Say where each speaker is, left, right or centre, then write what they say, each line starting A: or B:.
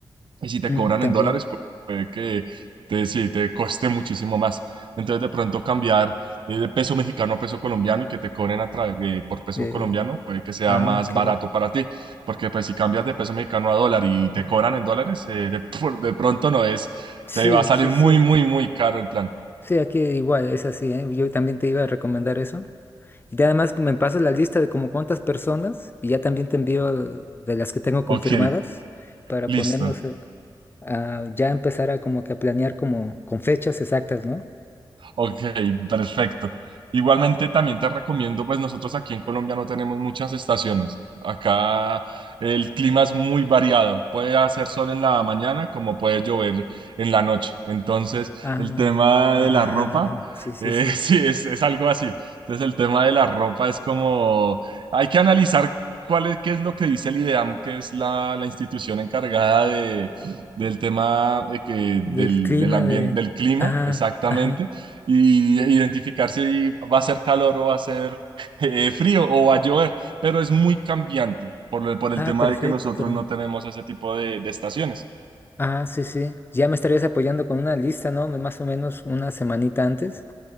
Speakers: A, on the right; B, on the left.
A: Y si te
B: Mm,
A: cobran
B: también.
A: en dólares, pu- puede que te, sí, te cueste muchísimo más. Entonces, de pronto cambiar eh, de peso mexicano a peso colombiano y que te cobren a tra- eh, por peso
B: eh,
A: colombiano, puede que sea
B: ah,
A: más
B: ok.
A: barato para ti. Porque pues si cambias de peso mexicano a dólar y te cobran en dólares, eh, de, <laughs> por- de pronto no es,
B: Sí,
A: te va a salir
B: sí,
A: muy,
B: sí.
A: muy, muy caro el plan.
B: Sí, aquí igual, es así, ¿eh? Yo también te iba a recomendar eso. Y te- además me pasas la lista de como cuántas personas y ya también te envío de las que tengo confirmadas
A: Ok,
B: para
A: listo.
B: ponernos eh, a, ya empezar a como que a planear como con fechas exactas, ¿no?
A: Ok, perfecto. Igualmente también te recomiendo, pues nosotros aquí en Colombia no tenemos muchas estaciones. Acá el clima es muy variado. Puede hacer sol en la mañana como puede llover en la noche. Entonces,
B: Ah,
A: el tema
B: ajá, <laughs>
A: de la
B: ajá,
A: ropa,
B: ajá, sí, sí,
A: eh,
B: sí.
A: <laughs> sí, es, es algo así. Entonces, el tema de la ropa es como, hay que analizar cuál es, qué es lo que dice el IDEAM, que es la, la institución encargada de, del tema eh, que,
B: Del
A: del,
B: clima
A: del ambiente,
B: de...
A: del clima,
B: Ajá,
A: exactamente
B: ajá.
A: y identificar si va a ser calor o va a ser <laughs> eh, frío o va a llover, pero es muy cambiante por, el- por el
B: Ah,
A: tema
B: perfecto.
A: de que nosotros no tenemos ese tipo de, de estaciones.
B: Ah, sí, sí. Ya me estarías apoyando con una lista, ¿no? Más o menos una semanita antes.